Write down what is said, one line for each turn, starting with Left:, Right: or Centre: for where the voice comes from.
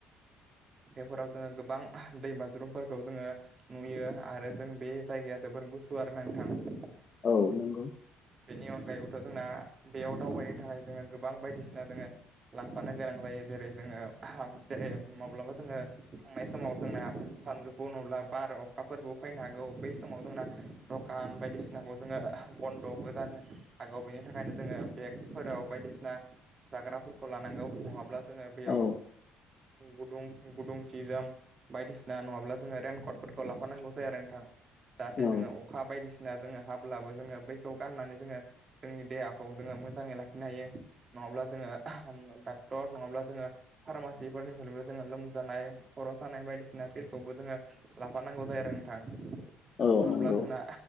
Left: <inaudible>
Right: बेफोराव जोङो गोबां दैमाज्रुमफोरखौ जोङो नुयो आरो जों बे जायगाया जोबोर गुसु गुवार ना नोंथां
Left: औ नंगौ
Right: बेनि अनगायैबोथ' जोंना बेयाव दावबायनो थाखाय जोङो गोबां बायदिसिना जोङो लांफानो गोनां जायो जेरै जोङो जेरै माब्लाबा जोङो थांनाय समाव जोंना सानजौफु नङाब्ला बार अखाफोरबो फैनो हागौ बै समाव जोंना दखान बायदिसिनाखौ जोङो बन 'बो जानो हागौ बेनि थाखायनो जोंङो बेगफोराव बायदिसिना जाग्राफोरखौ लानांगौ नङाब्ला जोंङो बेयाव
Left: औ
Right: गुदुं गुदुं सि जोम बायदिसिना नङाब्ला जोंङो रेनकटफोरखौ लाफानांगौ जाया आरो नोंथां जाहाथे
Left: औ
Right: जोंङो अखा बायदिसिना जोंङो हाब्लाबो जोंङो बै बे गाननानै जोंङो जोंनि देहाखौ जोंङो मोजांङै लाखिनो हायो नङाब्ला जोंङो र नङाब्ला जोंङो फार्मासिफोरनिफ्रायबो जोंङो लोमजानाय खर' सानाय बायदिसिना फिल्डखौबो जोंङो लाफानांगौ जायो आरो नोंथां
Left: औ
Right: नंङाब्ला
Left: नंगौ
Right: जोंना